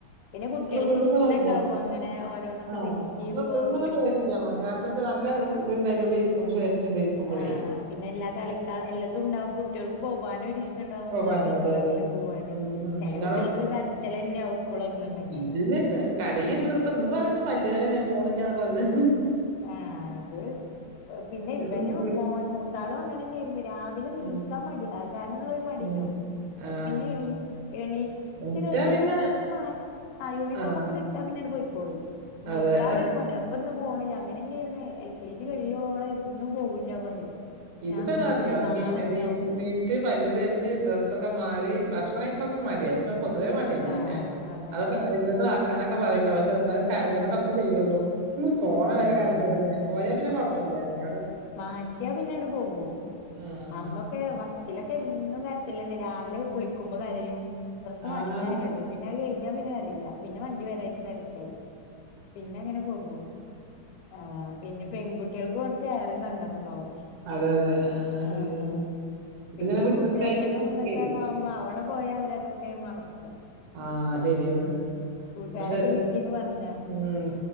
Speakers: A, on the left (about 85°); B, on the right (about 80°).
A: പിന്നെ കുട്ടികൾക്ക്
B: വീഴുംന്നുള്ളതില്ല.
A: ഇഷ്ടണ്ടാവും അങ്ങനെ ഓരോന്നൊക്കെ
B: ആ.
A: വെക്കുമ്പോ
B: കുട്ടികള് വീഴുംന്നുള്ള
A: കുട്ടികൾക്ക്
B: പേടില്ല
A: സ്
B: നമ്മക്ക്. കാരണം എന്താച്ചാ നല്ല ഇത്ണ്ട് അതിനുള്ളിലിരിക്കുമ്പോ സെറ്റിലിരിക്കുമ്പോഴേ
A: ആഹ് പിന്നെ എല്ലാ കളീം എല്ലാതും ഉണ്ടാവും കുട്ടികൾക്ക് പോവാനും ഒരിഷ്ടണ്ടാവും
B: പോവാന്
A: മടിയൊന്നും
B: അതെ,
A: ഉണ്ടാവൂലാ
B: അതെ.
A: പോവാന്
B: ഉം, ഉം.
A: ചെല
B: പിന്നവടെ
A: കുട്ടികൾക്ക് കര ച്ചിലെന്നയാവും സ്കൂള് തുറന്നുണ്ടെങ്കി
B: ഇതിന് കരയുണ്ട് ഇപ്പൊ ഇന്ന് പറയുന്നുണ്ട് പല്ല് വേദനയാ ഞാൻ പോണില്ലാന്നൊക്കെ പറഞ്ഞ്
A: ആഹ അത് പിന്നെ
B: ഇത്
A: ഇവനും
B: വി
A: മോൻ മൂത്താളും അങ്ങനെ തന്നെയായിരുന്നു രാവിലനീണീക്കാൻ
B: ഉം,
A: മടി അ കാരണുള്ള ഒരു മടി
B: ഉം.
A: ഉണ്ടാവും
B: ആ.
A: പിന്നെ എണീ ഇച്ചിരി
B: എനിക്കാ
A: കഴിഞ്ഞ്
B: പിന്നെ
A: പിന്ന ഡ്രസ്സ് യൂണിഫോം
B: ആ.
A: ഒക്കെ ഇട്ടാൽ പിന്നെ അങ്ങട്ട് പൊയ്ക്കോളും എണീക്കാനുള്ള
B: അതെ.
A: മടിയാ ഇപ്പ ഇന്ന് പോണില്ല അങ്ങനെ തന്നെയായിരുന്നു എൽ കെ ജി കഴിയോള എന്നും പോവൂല്ല പറയും
B: ഇതിപ്പോ
A: ഞാൻ ഇന്ന്
B: എന്താറിയോ
A: പോണില്ല നാളെണ്ടോ
B: എണീറ്റ് പല്ല് തേച്ച് ഡ്രസ്സൊക്കെ മാറി ഭക്ഷണം കഴി മടിയൊ പൊതുവേ മടിയാണ്
A: ആഹ്
B: പിന്നെ
A: അതന്നെ
B: അതൊക്കെ എന്റെതൊക്കെ ആക്കാനൊക്കെ പറയി കേട്ടോ പക്ഷെ എന്താലും കരഞ്ഞൊട്ടൊക്കെ
A: ആഹ്
B: ചെയ്യള്ളൂ ഇന്ന് പോണേ വരെ
A: അതെല്ലേ
B: കരച്ചിലന്നെ പോയാ പിന്നെ കൊഴപ്പമില്ല അവിടെ
A: മാറ്റിയ പിന്നങ്ങട്ട് പോവും
B: ആഹ്
A: അന്നൊക്കെ ഫസ്റ്റിലൊക്കെ എന്നും കരച്ചില്ലന്നയ രാവിലെ കുളിക്കുമ്പോ കരയും ഡ്രസ്സ്‌ മാറ്റണ
B: ആഹ്
A: വരെ കരയും പിന്നെ അത് കഴിഞ്ഞാ പിന്നെ കരയില്ല പിന്നെ വണ്ടി വരായിട്ട് തെരക്കായി പിന്നെ അങ്ങനെ പോകും ആഹ് പിന്നെ പെൺകുട്ടികൾക്ക് കുറ ച്ച് ഏറെ. സങ്കടം ഉണ്ടാവും
B: അതെ അതെ ആഹ്
A: ആഹ്
B: ശരിയാ ഇതിങ്ങനെ
A: പിന്നെ
B: വിട്ട്ക്കായിട്ട്
A: കൂട്ടുകാരികളും
B: വിട്ട്ക്കേ
A: ഇതൊക്കെന്നാ അവിടെ പോയാ അവരതൊക്കെ മറക്കും
B: ആഹ ശരിയണ്
A: ഉം കൂട്ടുകാരൊക്കെ
B: പക്ഷെ
A: കിട്ടീന്ന് പറഞ്ഞ
B: ഉം